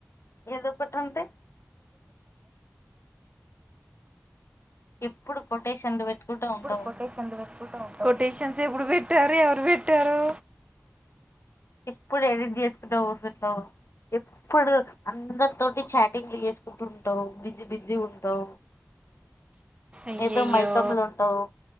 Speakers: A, on the left (about 70°); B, on the right (about 25°).
A: ఏదో ఒకటి అంటే ఎప్పుడు కొటేషన్లు వెతుకుత ఉంటావ
B: కొటేషన్స్ పెట్టుకుంటా ఉంటావా కొటేషన్స్ ఎప్పుడు పెట్టారు ఎవరు పెట్టారు
A: ఎప్పుడు ఎడిట్ చేసుకుంటా పోతుంటావ్ ఎప్పుడు అందరి తోటి చాటింగ్లు చేసుకుంటుంటావు బిజీ బిజీ ఉంటావు
B: అయ్యయ్యో
A: ఏదో మైకమ్ లో ఉంటావు